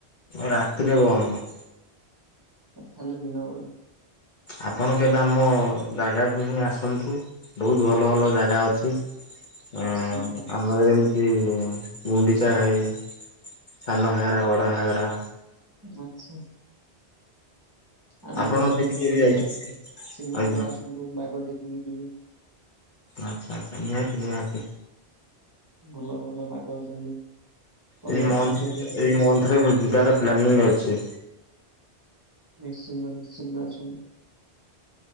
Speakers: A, on the left; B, on the right.
A: ରାତିରେ ବନ୍ଦ।
B: ଖାଲି ଦିନ ବଳି।
A: ଆପଣ କେବେ ଆମ ଜାଗାକୁ ହିଁ ଆସନ୍ତୁ ବହୁତ ଭଲ ଭଲ ଜାଗା ଅଛି। <unintelligible>
B: ନିଶ୍ଚିନ୍ତ
A: ଆମର ଯେମିତି ଗୁଣ୍ଡିଚା ଘାଇ ସାନ ଘାଗରା ବଡ଼ ଘାଗରା।
B: ଆଚ୍ଛା। ଆମର
A: ଆପଣ
B: ବି ଏପଟେ
A: ସେଇଠି
B: ଶିମିଳିପାଳ
A: କେବେ ଯାଇଛନ୍ତି?
B: ଶିମିଳିପାଳ
A: ଆଜ୍ଞା
B: ଆସନ୍ତୁ ବାଘ ଦେଖିକି ଯିବେ।
A: ଆଚ୍ଛା ଆଚ୍ଛା ନିହାତି ନିହାତି।
B: ଭଲ ଭଲ ବାଘ ଅଛନ୍ତି। କଲରା
A: ଏଇ ମଂଥ
B: ପତରିଆ
A: ରେ ଏଇ ମଂଥ ରେ ଯିବାର ପ୍ଲାନିଂ ଅଛି।
B: ନିଶ୍ଚିନ୍ତ ନିଶ୍ଚିନ୍ତ ଆସନ୍ତୁ